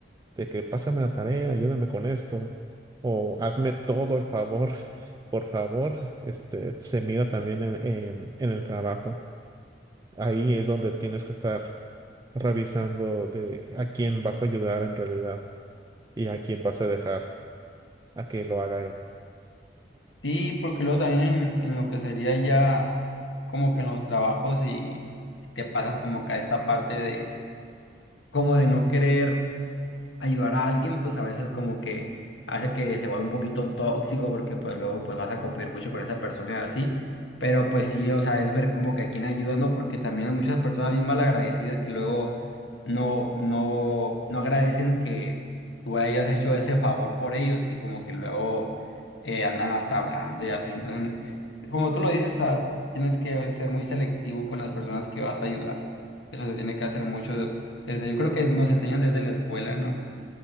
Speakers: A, on the right (about 20°); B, on the left (about 85°).
A: de que pásame la tarea, ayúdame con esto, o hazme todo el favor, <laughs> por favor, este, se mira también en, en, en el trabajo. Ahí es donde tienes que estar revisando de a quién vas a ayudar en realidad. ¿Y a quién vas a dejar a que lo haga él?
B: Sí, porque luego también en, en lo que sería ya como que en los trabajos y te pasas como que a esta parte de como de no querer ayudar a alguien, pues a veces como que hace que se vuelva un poquito tóxico porque pues luego pues vas a competir mucho con esa persona y así. Pero pues sí, o sea, es ver como que a quién ayuda, ¿no? Porque también hay muchas personas bien malagradecidas que luego no, no, no agradecen que tú hayas hecho ese favor por ellos y como que luego eh, andan hasta hablando y así. Entonces, como tú lo dices, o sea, tienes que ser muy selectivo con las personas que vas a ayudar. Eso se tiene que hacer mucho desde, yo creo que nos enseñan desde la escuela, ¿no?